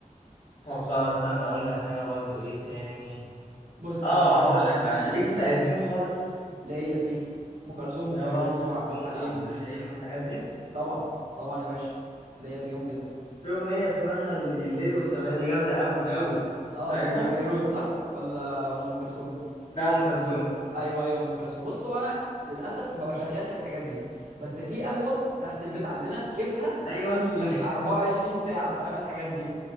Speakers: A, on the left (about 50°); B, on the right (about 75°).
A: طب خلاص استنى اقول لك انا برضه ايه تاني
B: <clears throat> بص
A: اه
B: اقول لك
A: هقول
B: انا
A: لك بقى
B: ماشي
A: انا ليك في القديم خالص
B: ليا فيه ام كلثوم
A: لا
B: وفيروز
A: بقى ام كلثوم
B: وعبد الحليم
A: والعبد الحليم والحاجات دي
B: طبعا طبعا يا باشا ليا فيهم جدا
A: في اغنيه اسمها الليل والسماء دي جامده قوي قوي
B: اه
A: عارفها
B: دي دي فيروز صح ولا ولا ام كلثوم
A: لا ام كلثوم
B: ايوه ايوه ام كلثوم بص هو انا للاسف ما بشغلش الحاجات دي بس في قهوه تحت البيت عندنا كيفها
A: ايوه
B: طول ال
A: <laughs>
B: 24 ساعه فاهم الحاجات دي